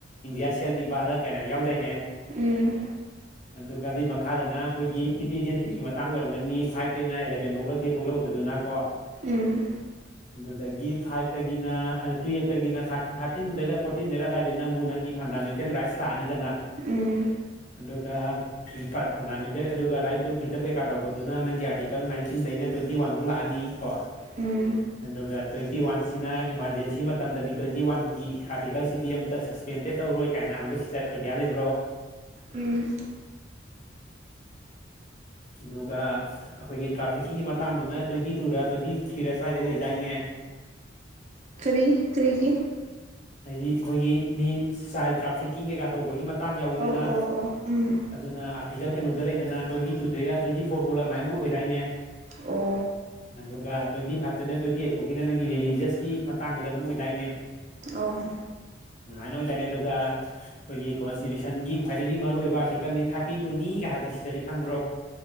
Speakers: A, on the left; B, on the right.
A: ꯏꯟꯗꯤꯌꯥ ꯁꯦꯜꯗꯤ ꯚꯥꯔꯠ ꯀꯥꯏꯅ ꯌꯥꯝ ꯌꯥꯎꯗꯥꯏꯅꯦ
B: ꯎꯝ
A: ꯑꯗꯨꯒ ꯑꯗꯨꯏ ꯃꯈꯥꯗꯅ ꯑꯩꯈꯣꯏꯒꯤ ꯁꯤꯇꯤꯖꯦꯟꯁꯤꯞꯀꯤ ꯃꯇꯥꯡ ꯑꯣꯏꯔꯝꯒꯅꯤ ꯐꯥꯏꯚꯇꯩꯅ ꯑꯦꯂꯕꯦꯟꯐꯧ ꯂ ꯆꯦ ꯄꯣꯛꯂꯧ ꯑꯣꯏꯕꯗꯨꯅ ꯀꯣ
B: ꯎꯝ
A: ꯑꯗꯨꯗꯒꯤ ꯐꯥꯏꯚꯇꯒꯤꯅ ꯑꯗꯨꯗ ꯇꯨꯌꯦꯞꯇꯒꯤ ꯅꯪ ꯊꯥꯔꯇꯤꯟꯗꯔ ꯐꯣꯔꯇꯤꯟꯗꯩꯔ ꯑꯗꯨꯗꯥꯏꯗꯩ ꯅ ꯑꯃꯨ ꯅꯪꯒꯤ ꯐꯟꯗꯥꯃꯦꯟꯇꯦꯜ ꯔꯥꯏꯠꯁ ꯂꯥꯛꯑꯅꯤꯗꯅ
B: ꯎꯝ
A: ꯑꯗꯨꯒ ꯐꯟꯗꯥꯃꯦꯟꯇꯦꯜ ꯑꯗꯨꯒ ꯔꯥꯏꯠ ꯇꯨ ꯐ꯭ꯔꯤꯗꯝ ꯀꯩꯀꯥ ꯇꯧꯕꯗꯨꯅ ꯅꯪꯒꯤꯥꯔꯇꯤꯀꯜ ꯅꯥꯏꯟꯇꯤꯟꯗꯩꯅ ꯇ꯭ꯋꯦꯟꯇꯤ ꯋꯥꯟꯐꯥꯎ ꯂꯥꯛꯑꯅꯤ ꯀꯣ
B: ꯎꯝ
A: ꯑꯗꯨꯒ ꯇ꯭ꯋꯦꯟꯇꯤ ꯋꯥꯟꯁꯤꯅ ꯏꯃꯥꯔꯖꯦꯟꯁꯤ ꯁꯤ ꯃꯇꯝꯗꯗꯤ ꯇ꯭ꯋꯦꯟꯇꯤ ꯋꯥꯟꯒꯤ ꯑꯥꯔꯇꯤꯀꯜꯁꯤꯗꯤ ꯑꯝꯇ ꯁꯁꯄꯦꯟꯗꯦꯠ ꯇꯧꯔꯣꯏ ꯀꯥꯏꯅ ꯍꯥꯏꯕꯗꯣ ꯑꯥꯏꯗꯤꯌꯥ ꯂꯩꯕ꯭ꯔꯣ
B: ꯎꯝ
A: ꯑꯗꯨꯒ ꯑꯩꯈꯣꯏꯒꯤ ꯇ꯭ꯔꯥꯐꯤꯛꯀꯤꯡꯒꯤ ꯃꯇꯥꯡꯗꯨꯅ ꯇ꯭ꯋꯦꯟꯇꯤ ꯇꯨꯔꯥ ꯇ꯭ꯋꯦꯟꯇꯤ ꯊ꯭ꯔꯤꯗ ꯁ꯭ꯋꯥꯏꯗꯩ ꯂꯩꯗꯥꯏꯅꯦ
B: ꯀ꯭ꯔꯤ ꯀ꯭ꯔꯤꯒꯤ
A: ꯍꯥꯏꯗꯤ ꯑꯩꯈꯣꯏꯒꯤ ꯃꯤ ꯆꯥꯏꯜ ꯇ꯭ꯔꯥꯐꯤꯛꯀꯤꯡ ꯀꯩꯀꯥ ꯇꯧꯕꯒꯤ ꯃꯇꯥꯡ ꯌꯥꯎꯋꯤꯗꯅ
B: ꯑꯣ ꯑꯣ ꯑꯣ ꯎꯝ
A: ꯑꯗꯨꯅ ꯑꯥꯔꯇꯤꯀꯜ ꯀꯩꯅꯣꯗ ꯂꯩꯗꯅ ꯇ꯭ꯋꯦꯟꯇꯤ ꯇꯨꯗꯩꯔ ꯇ꯭ꯋꯦꯟꯇꯤ ꯐꯣꯔ ꯐꯥꯎꯂ ꯑꯗꯨꯃꯥꯏꯅꯃ ꯑꯣꯏꯗꯥꯏꯅꯦ
B: ꯑꯣ
A: ꯑꯗꯨꯒ ꯇ꯭ꯋꯦꯟꯇꯤ ꯐꯥꯏꯚꯇꯩꯅ ꯇ꯭ꯋꯦꯟꯇꯤ ꯑꯩꯠ ꯐꯥꯎꯒꯤꯅ ꯅꯪꯒꯤ ꯔꯤꯂꯤꯖꯁꯀꯤ ꯃꯇꯥꯡꯂ ꯀꯩꯅ‌ꯣꯝ ꯑꯣꯏꯗꯥꯏꯅꯦ
B: ꯑꯣ
A: ꯑꯗꯨꯃꯥꯏꯅ ꯑꯣꯏꯗꯥꯏꯅ‌ꯦ ꯑꯗꯨꯒ ꯑꯩꯈꯣꯏꯒꯤ ꯀꯣꯟꯁꯇꯤꯇ꯭ꯌꯨꯁꯟꯒꯤ ꯈ꯭ꯋꯥꯏꯗꯒꯤ ꯃꯔꯨꯑꯣꯏꯕ ꯑꯥꯔꯇꯤꯀꯜꯗꯤ ꯊꯥꯔꯇꯤ ꯇꯨꯅꯤꯒ ꯍꯥꯏꯕꯗꯨ ꯁꯤꯁꯇꯔꯗꯤ ꯈꯪꯕ꯭ꯔꯣ <inaudible>